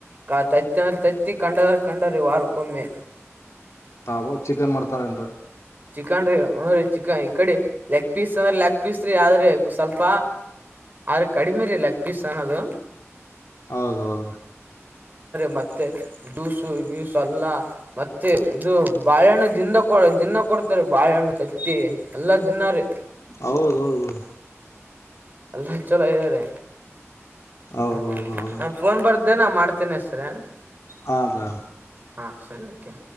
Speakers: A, on the right; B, on the left.
A: ಕತಾಯ ತತ್ತಿ ಅಂದ್ರ ತತ್ತಿ ರಿ ಕಂಡ ಅಂದ್ರ ಕಂಡರೆ ವಾರಕೊಮ್ಮೆ.
B: ತಾವೋ ಚಿಕನ್ ಮಾಡ್ತಾರ ಏನ್ರ?
A: ಚಿಕನ್ ರೀ ಹುಂ ರಿ ಚಿಕ್ಕಾ ಇ ಕಡೆ ಎಕ್ ಪೀಸ್ ಅಂದ್ರೆ ಲೆಗ್ ಪೀಸ್ ರೀ ಆದ್ರೆ ಸ್ವಲ್ಪ ಆದ್ರೆ ಕಡಿಮೆ ರೀ ಲೆಗ್ ಪೀಸ್ ಅನ್ನೋದು.
B: ಹೌದ ಹೌದ್ರ
A: ಮತ್ತೆ ಡ್ಯೂಸು ಗ್ಯಸ ಎಲ್ಲಾ ಮತ್ತೆ ಇದು ಬಾಳೆಹಣ್ಣು ದಿಂದ ದಿನ್ನ ಕೊ ಕೊಡ್ತಾರೆ ಬಾಳೆಹಣ್ಣು ತತ್ತಿ ಎಲ್ಲ ದಿನ್ನ ರಿ.
B: ಹೌದೌದದ
A: ಅಲ್ಲ. ಚಲೋ ಇದೇರಿ
B: ಹೌದೌದು
A: ಹ ರಿ
B: ಹೌದು
A: ಫೋನ್ ಬರ್ ಇದೇ ನಾ ಮಾಡ್ತೇನೆ ಸರ್
B: ಹಾಂ ರ
A: ಹಾ ಸರಿ ಕ